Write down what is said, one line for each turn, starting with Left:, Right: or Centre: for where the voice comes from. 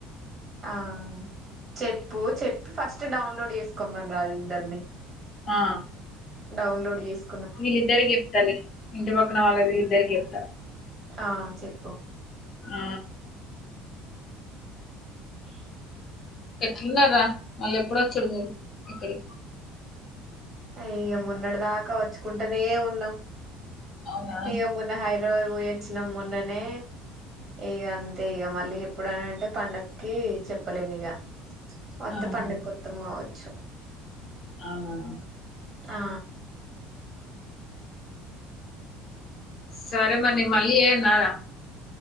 Right: ఆ చెప్పు చెప్పి ఫస్ట్ డౌన్లోడ్ చేసుకోమను రాదు ఇద్దరిని
Left: ఆ
Right: డౌన్లోడ్ చేసు
Left: వీళ్ళిద్దరికి చెప్తాలే ఇంటి పక్కన వాళ్ళ వీళ్ళిద్దరికి చెప్ తా
Right: ఆ చెప్పు
Left: ఆ
Right: <inaudible>
Left: ఎట్లున్న రా మళ్ళీ ఎప్పుడు వచ్చడు మీరు ఇక్కడి
Right: అయ్య మొన్నటి దాకా వచ్చుకుంటేనే ఉన్నాం
Left: అవునా
Right: ఇగ మొన్న హైదరాబాద్ పో వచ్చినం మొన్న నే ఇగ అంతే ఇక మళ్ళీ ఎప్పుడన అంటే పండగకి చెప్పలేము ఇగ కొత్త
Left: ఆహా.
Right: పండకు వతం కావచ్చు
Left: అవునా
Right: ఆ
Left: సరే మనిీ మళ్ళీ చేయనా రా